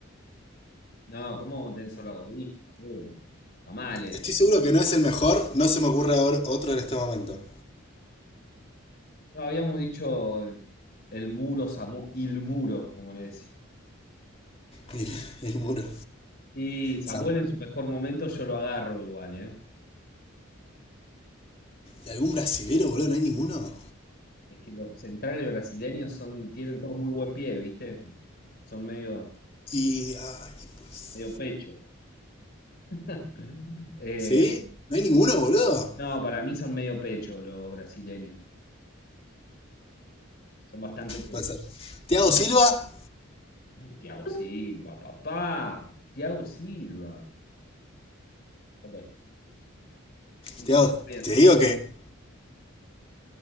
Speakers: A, on the left (about 50°); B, on the left (about 30°).
A: No, ¿cómo vamos a tener solo a Godín? Uh, Está mal eso.
B: Estoy seguro que no es el mejor, no se me ocurre ahora otro en este momento. <laughs>
A: No, habíamos dicho el, el muro, Samu, il muro, como le decía.
B: Y el muro.
A: Y Samuel
B: Sa-
A: en su mejor momento yo lo agarro igual, ¿eh?
B: ¿Y algún brasilero, boludo? ¿No hay ninguno?
A: Es que los centrales brasileños son, tienen todos muy buen pie, ¿viste? Son medio,
B: Y. Ay, pues.
A: medio pecho. <laughs> Eh,
B: ¿Sí? ¿No hay ninguno, boludo?
A: No, para mí son medio pecho los brasileños. Son bastante pecho.
B: Puede ser. ¿Tiago Silva?
A: Sí. Thiago Silva, papá. Thiago Silva. Ok, listo.
B: Thiago-
A: Bien.
B: te digo que,